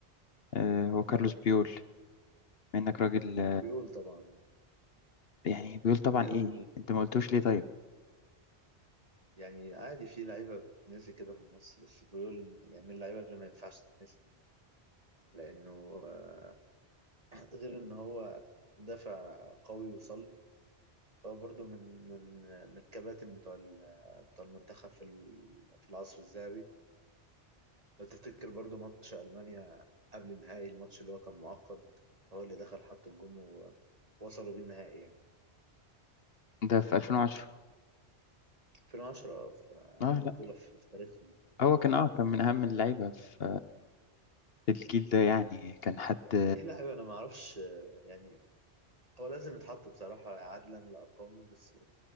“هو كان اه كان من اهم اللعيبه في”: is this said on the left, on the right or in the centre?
Left